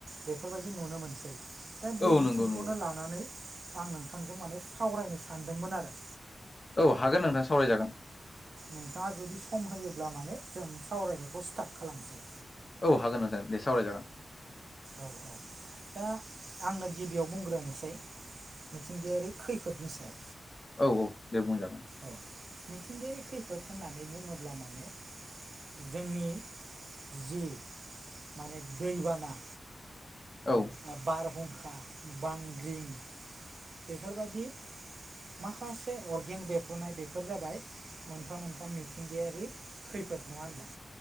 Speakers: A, on the right (about 60°); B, on the left (about 30°).
A: बेफोरबायदि नुनो मोनसै दा बे
B: औ
A: बिथिंखौनो
B: नंगौ नंगौ
A: लानानै आं नोंथांजों माने सावरायनो सानदोंमोन आरो।
B: औ हागोन नोंथाङा सावरायजागोन
A: नोंथाङा जुदि सम होयोब्ला माने जों सावरायनायखौ स्टार्ट खालामसै
B: औ हागोन होगोन दे सावरायजागोन।
A: औ औ दा आंनो गिबियाव बुंग्रोनोसै मिथिंगायारि खैफोदनि सायाव।
B: औ औ दे बुंजागोन
A: औ मिथिंगायारि खैफोद होननानै बुङोब्ला माने जोंनि जि माने दैबाना।
B: औ।
A: आ बारहुंखा बांग्रिं। बेफोरबादि माखासे अर्गें बेफ्रुनाय बेफोर जाबाय मोनफा मोनफा मिथिंगायारि खैफोद नङा होनब्ला।